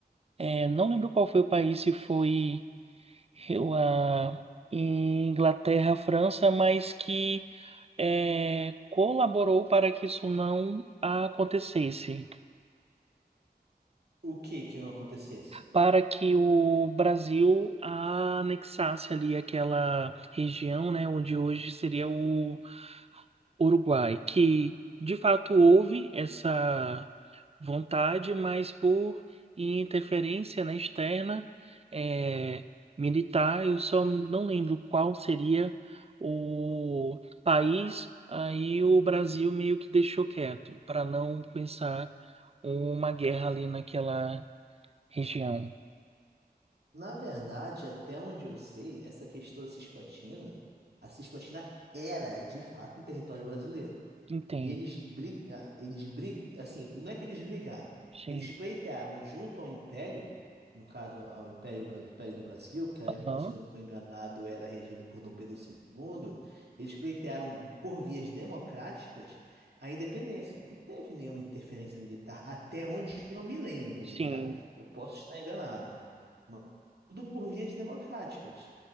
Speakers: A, on the right; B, on the right.
A: eh, não lembro qual foi o país, se foi eu, a Inglaterra, França, mas que é, colaborou para que isso não acontecesse,
B: O que que não acontecesse?
A: para que o Brasil anexasse ali aquela região, né, onde hoje seria o Uruguai, que de fato houve essa vontade, mas por interferência, né, externa, é, militar, eu só não lembro qual seria o país, aí o Brasil meio que deixou quieto, para não começar uma guerra ali naquela região.
B: Na verdade, até onde eu sei, essa questão da Cisplatina, a Cisplatina era de fato um território brasileiro.
A: Entendo,
B: E eles brigaram, eles brig, assim, não é que eles brigaram,
A: sim.
B: eles pleitearam junto ao Império, no caso ao Império, Bra- do Império do Brasil, que à época,
A: Aham.
B: se eu não estou enganado, era regido por Dom Pedro II, eles pleitearam por vias democráticas a independência. Não teve nenhuma interferência militar, até onde eu me lembre,
A: Sim,
B: né? Eu posso estar enganado, mas tudo por vias democráticas.